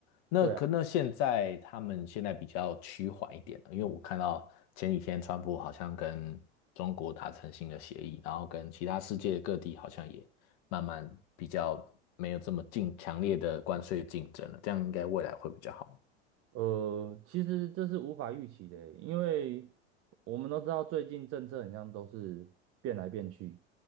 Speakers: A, on the left (about 55°); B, on the right (about 45°).
A: 那可那现在他们现在比较趋缓一点了，
B: 对啊。
A: 因为我看到前几天川普好像跟中国达成新的协议，然后跟其他世界各地好像也慢慢比较没有这么竞强烈的关税竞争了，这样应该未来会比较好。
B: 呃，其实这是无法预期的欸，因为我们都知道最近政策很像都是变来变去，